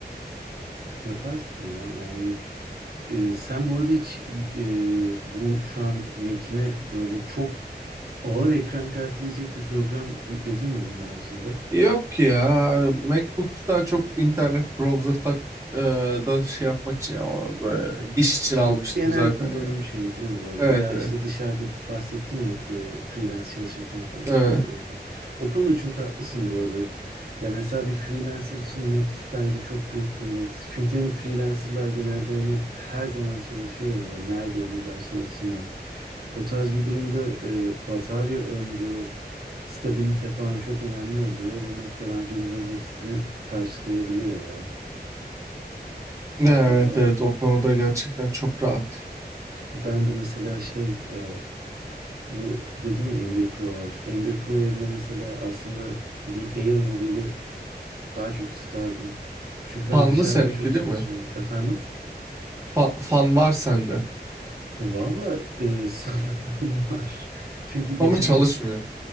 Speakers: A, on the right; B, on the right.
A: Yaparsın ya yani e, sen bu arada hiç e, bu şu an Mac'ine böyle çok ağır ekran kartı yiyecek bir program yükledin mi bunun haricinde?
B: Yok ya MacBook daha çok internet browser tak e, da şey yapmak için ama böyle
A: Yani
B: iş için
A: şey
B: almıştım
A: genel
B: zaten
A: kullanım
B: yani.
A: şeyi değil mi böyle
B: Evet
A: veya
B: evet.
A: işte dışarıda bahsettin ya e, freelance çalışırken falan
B: Evet
A: işime yarıyor diye. O konuda çok haklısın bu arada. Ya mesela bir freelancer için Mac bence çok büyük nimet. Çünkü hani freelancerlar genelde hani her zaman çalışıyor ya böyle nerede olurlarsa olsunlar. O tarz bir durumda e, batarya ömrü, stabilite falan çok önemli oluyor ve Mac de bence bunların hepsini karşılayabiliyor ya.
B: evet,
A: Valla
B: evet, o konuda gerçekten çok rahat.
A: ben de mesela şey e, Bu dedim ya M1 Pro var. M1 Pro yerine mesela aslında bir Air modeli daha çok isterdim. Çünkü ben
B: Fanlı
A: dışarıda
B: seninki
A: çok çalışıyorum.
B: değil mi?
A: Efendim?
B: Fa- fan var sende
A: Valla e, <laughs> sanırım var. Çünkü geçen
B: ama çalışmıyor.
A: ya,